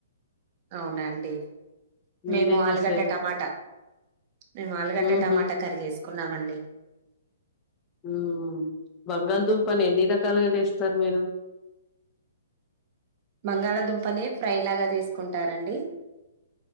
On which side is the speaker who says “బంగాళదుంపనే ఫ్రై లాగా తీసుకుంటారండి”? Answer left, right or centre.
Right